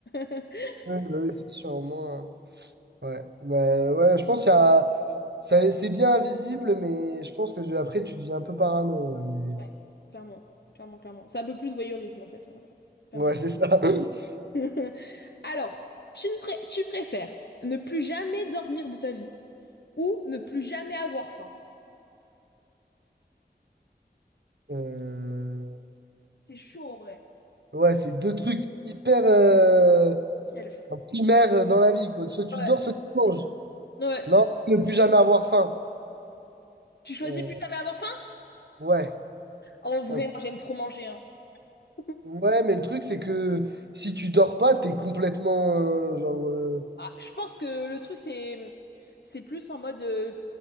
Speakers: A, on the left; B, on the right.
A: <laughs>
B: Ouais, bah oui, c'est sûr, au moins. euh, Ouais. Mais ouais, je pense qu'il y a... ça- c'est bien invisible, mais je pense que je- après, tu deviens un peu parano. euh, mais-
A: Ouais, clairement, clairement, clairement. C'est un peu plus voyeurisme en fait, hein, clairement.
B: Ouais, c'est ça. <laughs>
A: <laughs> Alors, tu ne pré- tu préfères ne plus jamais dormir de ta vie ou ne plus jamais avoir faim?
B: Euh,
A: C'est chaud en vrai.
B: Ouais, c'est deux trucs hyper euh,
A: Ciel.
B: enfin, primaires euh, dans la vie, quoi. Soit tu
A: Ouais.
B: dors, soit tu manges.
A: Ouais.
B: Non, ne plus jamais avoir faim.
A: Tu choisis
B: Euh,
A: plus jamais avoir faim?
B: Ouais.
A: En vrai,
B: Parce-
A: moi j'aime trop manger, hein. <laughs>
B: Ouais, mais le truc, c'est que si tu dors pas, t'es complètement euh, genre. euh,
A: Ah, je pense que le truc c'est c'est plus en mode euh,